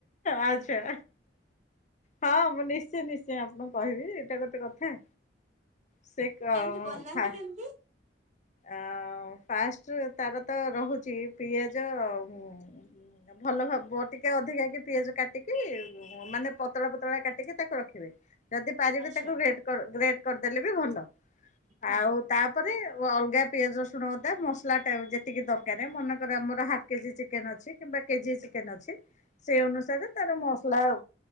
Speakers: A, on the left; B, on the right.
A: ଆଚ୍ଛା। ହଁ ମୁଁ ନିଶ୍ଚୟ ନିଶ୍ଚୟ ଆପଣଙ୍କୁ କହିବି ଏଇଟା ଗୋଟେ କଥା। ସେଇତ
B: କେମିତି
A: ଆଉ
B: ବନାନ୍ତି
A: ଫା
B: କେମିତି
A: ଆଉ ଫାଷ୍ଟ ତାର ତ ରହୁଛି ପିଆଜ ଆଉ। ଭଲ ଭାବ ଟିକେ ଅଧିକା କି ପିଆଜ କାଟିକି ମାନେ ପତଳା ପତଳା କାଟିକି ତାକୁ ରଖିବେ। ଯଦି ପାରିବେ
B: ଆଚ୍ଛା
A: ତାକୁ ଗ୍ରେଟ କରି ଗ୍ରେଟ କରିଦେଲେ ବି ଭଲ
B: ହୁଁ
A: ଆଉ ତାପରେ ଓ ଅଲଗା ପିଆଜ, ରସୁଣ, ଅଦା ମସଲା ଟା ଯେତିକି ଦରକାର ମନେକର ଆମର ହାଫ୍ କେଜି ଚିକେନ ଅଛି। କିମ୍ବା କେଜିଏ ଚିକେନ ଅଛି ସେଇ ଅନୁସାରେ ତାର ମସଲା